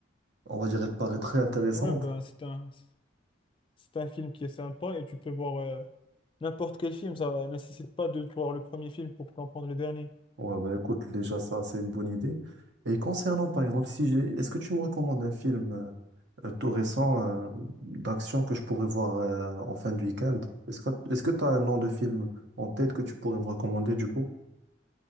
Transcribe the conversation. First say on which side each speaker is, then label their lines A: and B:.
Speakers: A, on the right (about 65°); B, on the left (about 25°).
A: on va dire, elle paraît très intéressante.
B: Ouais, ben, c'est un, c'est un film qui est sympa et tu peux voir euh, n'importe quel film. Ça nécessite pas de voir le premier film pour comprendre le dernier.
A: Ouais, bah écoute, déjà ça, c'est une bonne idée. Et concernant, par exemple, si j'ai, est-ce que tu me recommandes un film euh, euh, tout récent euh, d'action que je pourrais voir euh, en fin de week-end? Est-ce que est-ce que tu as un nom de film en tête que tu pourrais me recommander du coup?